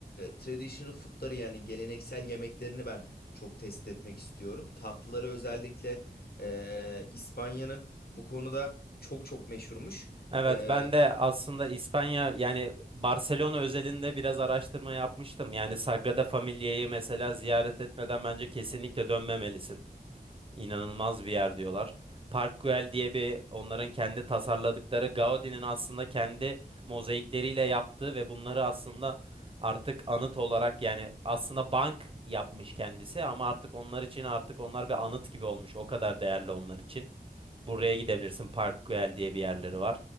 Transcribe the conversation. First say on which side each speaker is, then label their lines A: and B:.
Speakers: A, on the left; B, on the right.
A: traditional food'ları yani geleneksel yemeklerini ben çok test etmek istiyorum. Tatlıları özellikle e, İspanya'nın bu konuda çok çok meşhurmuş.
B: Evet
A: E,
B: ben de aslında İspanya yani Barcelona özelinde biraz araştırma yapmıştım. Yani Sagrada Familia'yı mesela ziyaret etmeden bence kesinlikle dönmemelisin. İnanılmaz bir yer diyorlar. Park Güell diye bir onların kendi tasarladıkları Gaudi'nin aslında kendi mozaikleriyle yaptığı ve bunları aslında artık anıt olarak yani aslında bank yapmış kendisi ama artık onlar için artık onlar bir anıt gibi olmuş. O kadar değerli onlar için. Buraya gidebilirsin. Parkwell diye bir yerleri var.